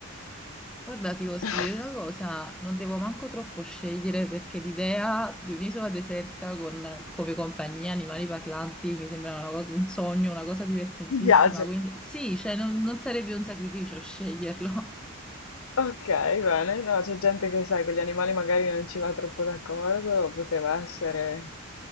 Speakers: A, in the centre; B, on the left.
A: Guarda, ti posso
B: <laughs>
A: dire una cosa, non devo manco troppo scegliere perché l'idea di un'isola deserta con come compagnia animali parlanti mi sembra una cosa- un sogno, una cosa divertentissima,
B: Ti piace?
A: quindi sì, cioè non, non sarebbe un sacrificio sceglierlo. <laughs>
B: Ok, bene. No, c'è gente che, sai, con gli animali magari non ci va troppo d'accordo, poteva essere...